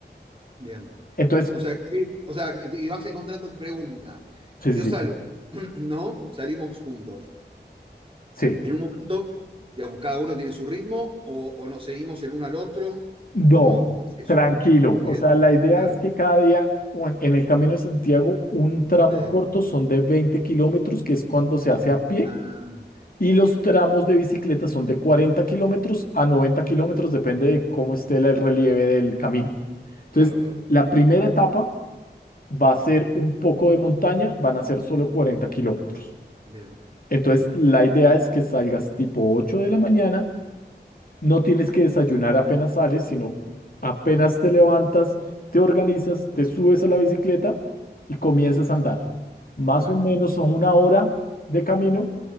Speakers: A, on the right; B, on the left.
A: Bien.
B: Entonces,
A: O sea, sí, o sea, y vas encontrando pregunta.
B: sí,
A: Yo
B: sí, sí,
A: salgo, <clears throat> ¿no? Salimos juntos.
B: sí.
A: En un momento, digamos, cada uno tiene su ritmo o, o nos seguimos el uno al otro.
B: No,
A: ¿Cómo, cómo es eso?
B: tranquilo.
A: Porque,
B: O sea, la idea
A: claro,
B: es que cada día o en en el Camino de Santiago, un tramo
A: sí.
B: corto son de 20 kilómetros, que es cuando se hace a pie
A: Ah,
B: Y los tramos de bicicleta son de 40 kilómetros a 90 kilómetros, depende de cómo esté la- el relieve del camino. Entonces,
A: claro, claro.
B: la
A: Bien,
B: primera etapa va a ser un poco de montaña, van a ser solo 40 kilómetros.
A: bien,
B: Entonces,
A: bien,
B: la idea es que salgas tipo ocho de la mañana no tienes que desayunar apenas sales, sino apenas te levantas, te organizas, te subes a la bicicleta y comienzas a andar. Más
A: perfecto.
B: o menos a una hora de camino,